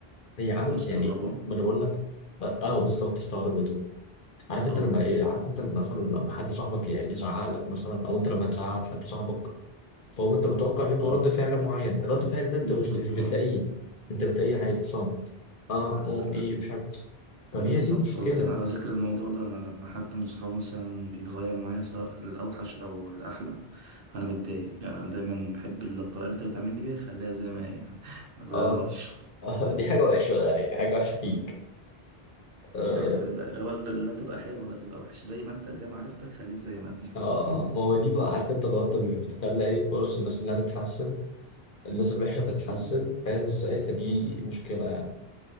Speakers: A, on the left (about 60°); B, on the right (about 65°).
A: هي عملت
B: مستغربة
A: يعني ما انا بقول لك اه بالظبط استغربته عارف
B: اه
A: انت لما ايه عارف انت لما مثلا لما حد صاحبك يعني يزعق لك مثلا او انت لما تزعق لحد صاحبك فهو انت متوقع منه
B: اه
A: رد فعل معين الرد فعل ده انت
B: بالظبط
A: مش مش بتلاقيه انت بتلاقيه عادي صامت اه
B: اه
A: اه ايه مش عارف
B: بالظبط
A: فهي دي مشكلة
B: آه. على ذكر الموضوع ده انا لما حد من صحابي مثلا بيتغير معايا سواء الاوحش او الاحلى فانا بتضايق يعني أنا دايما بحب ال- الطريقه اللي انت بتعاملني بيها خليها زي ما هي <laughs> ما تغيرهاش
A: اه اه دي حاجة وحشة يعني دي حاجة وحشة فيك
B: أمم.
A: اه
B: مش عارف ال- هو ال- لا تبقى حلو ولا تبقى وحش زي ما انت زي ما عرفتك خليك زي ما انت
A: اه
B: <laughs>
A: آه، ما هو دي بقى عارف انت لو انت مش بتخلي اي فرص للناس انها تتحسن الناس الوحشة تتحسن
B: أمم.
A: فاهم ازاي فدي مشكلة يعني